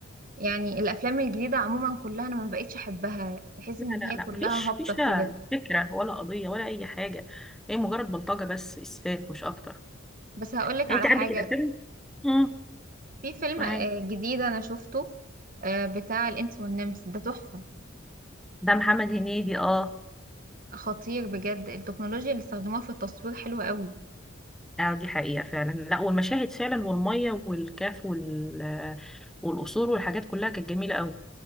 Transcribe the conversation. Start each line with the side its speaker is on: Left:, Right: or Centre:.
Right: يعني الافلام الجديده عموما كلها انا ما بقتش احبها تحس
Centre: لا
Right: ان
Centre: لا
Right: هي
Centre: لا
Right: كلها
Centre: مفيش
Right: هابطه
Centre: فيش لا
Right: كده
Centre: فكرة ولا قضية ولا أي حاجة هي مجرد بلطجة بس إسفاف مش أكتر
Right: بس هقولك
Centre: يعني
Right: على
Centre: أنت
Right: حاجه
Centre: عندك الأفلام امم
Right: في فيلم
Centre: معاك
Right: آه، جديد انا شفته آه، بتاع الانس والنمس ده تحفه
Centre: ده محمد هنيدي اه
Right: خطير بجد التكنولوجيا اللي استخدموها في التصوير حلوه قوي
Centre: اه دي حقيقة فعلا لا والمشاهد فعلا والمية والكاف وال والقصور والحاجات كلها كانت جميلة قوي